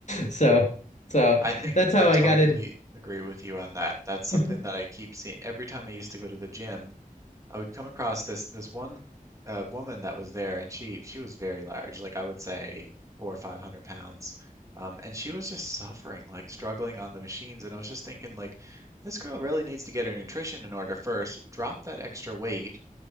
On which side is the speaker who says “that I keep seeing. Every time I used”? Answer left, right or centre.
Right